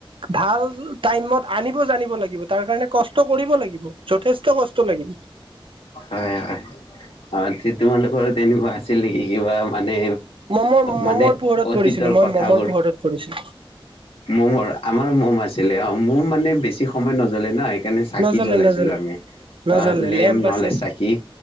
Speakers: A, on the right; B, on the left.
A: ভাল টাইমট আনি ব জানিব লাগিব, তাৰ কাৰণে কষ্ট কৰিব লাগিব যথেষ্ট কষ্ট লাগিব।
B: হয় হয় অ' ঠিক তোমালোকৰ তেনেকুৱা আছিল নেকি কিবা মানে
A: মমৰ
B: মানে
A: মমৰ পোহৰত
B: অতীতৰ
A: পৰিছিলো মই
B: কথাবোৰ।
A: মমৰ পোহৰত পৰিছিলো
B: ম'মৰ আমাৰ ম'ম আছিলে অ' ম'ম মানে বেছি সময় নজ্বলে ন। এনেই চাকি
A: নজ্বলে
B: জ্বলাইছিলো
A: নজ্বলে
B: আমি। অ'
A: নজ্বলে
B: লেম
A: লেম্প
B: নহলে
A: আছিল
B: চাকি।